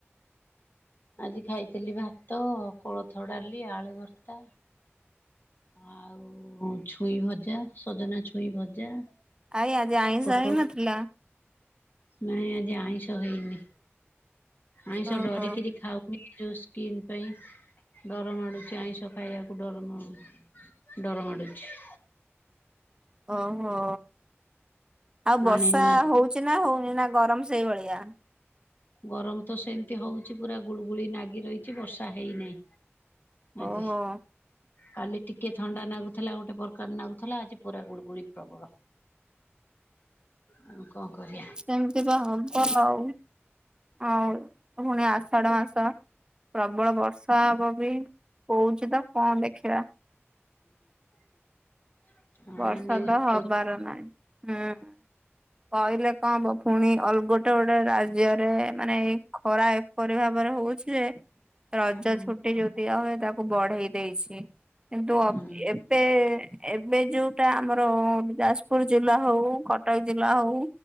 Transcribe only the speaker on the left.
ଆଜି ଖାଇଥିଲି ଭାତ, କୋଳଥ ଡାଲି, ଆଳୁ ଭର୍ତ୍ତା। ଆଉ। ଛୁଇଁ ଭଜା ସଜନା ଛୁଇଁ ଭଜା
ପୋଟଳ
ନାଇଁ ଆଜି ଆଇଁଷ ହେଇନି। ଆଇଁଷ
ଡରିକିରି ଖାଉନି ଯେଉ ସ୍କିନ୍ ପାଇଁ ଡରମାଡୁଛି ଆଇଁଷ ଖାଇବାକୁ ଡରମାଡୁ ଡରମାଡୁଛି।
ଆଣିନୁ ଆଜି
ଗରମ ତ ସେମିତି ହଉଛି ପୂରା ଗୁଳୁଗୁଳି ନାଗି ରହିଛି ବର୍ଷା ହେଇନାହିଁ। ଆଜି
କାଲି ଟିକେ କେ ଥଣ୍ଡା ନାଗୁଥିଲା ଗୋଟେ ପ୍ରକାର ନାଗୁଥିଲା ଆଜି ପୁରା ଗୁଳ ଗୁଳି ପ୍ରବଳ ଆଉ କଣ କରି
<inaudible> ହଁ
ନ୍ୟୁଜ୍
କହୁଛି
ହୁଁ
ହୁଁ